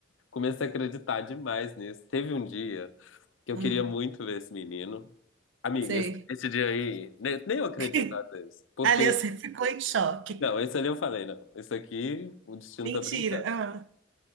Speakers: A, on the left; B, on the right.
A: Comecei a acreditar demais nisso. Teve um dia que eu
B: Ah,
A: queria muito ver esse menino. Amiga,
B: sei.
A: esse, esse dia aí, ne- nem, eu acredito
B: <laughs>
A: às vezes. Porque,
B: Ali você ficou em choque.
A: não, esse ali eu falei, não. Isso aqui, o destino
B: Mentira.
A: tá brincando.
B: Ah,